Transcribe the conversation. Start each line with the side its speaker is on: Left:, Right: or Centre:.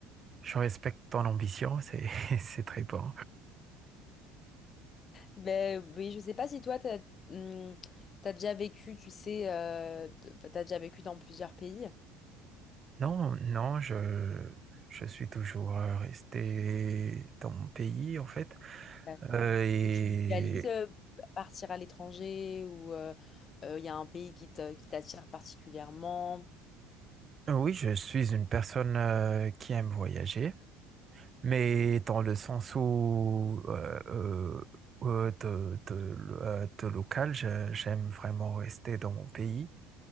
Right: je respecte ton ambition, c'est, <laughs> c'est très bon.
Left: Ben oui, je sais pas si toi, t'as, hum, t'as déjà vécu, tu sais, euh, de- enfin, t'as déjà vécu dans plusieurs pays.
Right: Non, non, je, je suis toujours euh, resté dans mon pays, en fait.
Left: D'accord.
Right: Euh, et
Left: Et tu visualises euh, partir à l'étranger ou euh, euh, il y a un pays qui te- qui t'attire particulièrement?
Right: oui, je suis une personne euh, qui aime voyager, mais
Left: Mhm.
Right: dans le sens où euh, euh, euh, de, de, euh, de local, je- j'aime vraiment rester dans mon pays.